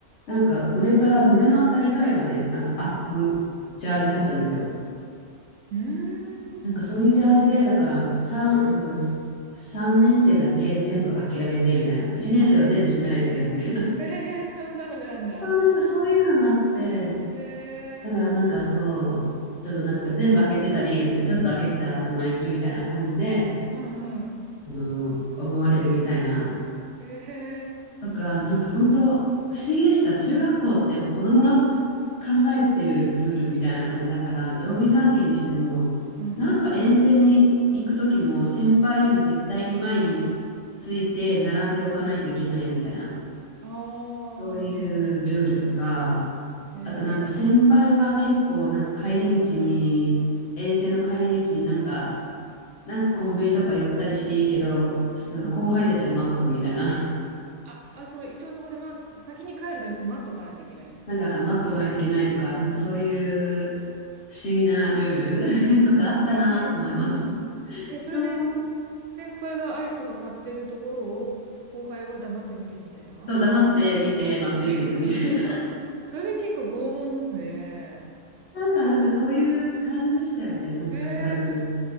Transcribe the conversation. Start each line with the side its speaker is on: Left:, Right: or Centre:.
Left: なんか上から胸のあたりぐらいまでなんか開くジャージだったんですよ。
Right: うーん。
Left: なんかそういうジャージで、だから3、なんか3年生だけ全部開けられてみたいな、1年生は全部閉めないといけないみたいな、
Right: <laughs> あええそんなのがあんだ。
Left: <laughs> そうなんかそういうのがあって、
Right: ええ
Left: だからなんかそう、ちょっとなんか全部開けてたり、なんかちょっと開けてたら生意気みたいな感じで、
Right: うんうん。
Left: あの、思われるみたいな、
Right: ええ
Left: とか、なんか本当不思議でした。中学校ってやっぱ子供が考えてるルールみたいな感じだから、上下関係にしても、
Right: うん。
Left: なんか遠征に行く時も、先輩より絶対に前について並んでおかないといけないみたいな、
Right: ああ、
Left: そういうルールとか、
Right: うんうん。ええ
Left: あとなんか先輩は結構なんか帰り道に、遠征の帰り道になんか、なんかコンビニとか寄ったりしていいけど、その後輩たちは待っとくみたいな。
Right: うん。あ、あ、その、一応そこで、ま、先に帰るじゃなくて待っとかないといけない。
Left: なんか待っとかないといけないとか、なんかそういう不思議なルール <laughs> とかあったなと思います。
Right: 不思議です。うん。え、それで、
Left: そう、
Right: 先輩がアイスとか買ってるところを後輩は黙って見てるみたいな
Left: そう黙って見て、まあ、ついていくみたいな。
Right: え <laughs> それ結構拷問ですね。
Left: <laughs> なんか、なんかそういう感じでしたよね、なんか部活。
Right: ええちょっと、